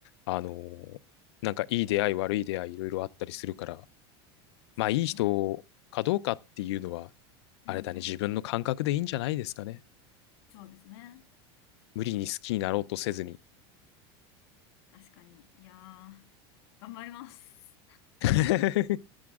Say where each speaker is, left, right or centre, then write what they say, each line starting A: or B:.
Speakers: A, on the left; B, on the left.
A: あのーなんかいい出会い、悪い出会い、いろいろあったりするから、
B: そうですね。
A: まあいい人かどうかっていうのは、
B: うんうんうん。
A: あれだね、自分の感覚でいいんじゃないですかね。
B: そうですね。
A: 無理に好きになろうとせずに。
B: 確かに。いやー、頑張ります。
A: <laughs>